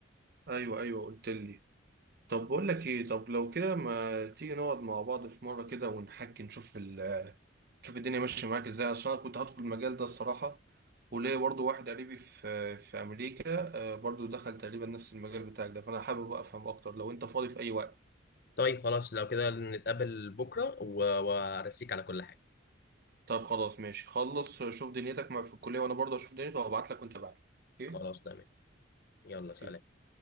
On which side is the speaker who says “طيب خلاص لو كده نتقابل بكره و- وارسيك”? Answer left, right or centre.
Left